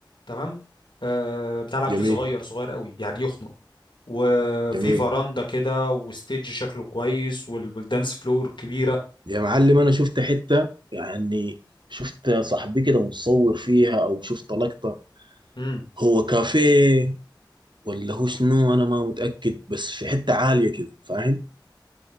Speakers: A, on the left; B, on the right.
A: تمام آه بتاع العجوزة
B: جميل
A: صغير صغير قوي يعني يخنق وفي
B: جميل
A: فراندا كده وستيج شكله كويس وال- والدانس فلور كبيرة
B: يا معلم انا شفت حته يعني شفت صاحبي كده متصور فيها او شفت لقطه
A: امم
B: هو كافيه ولا هو شنو انا ما متاكد بس في حته عاليه كده فاهم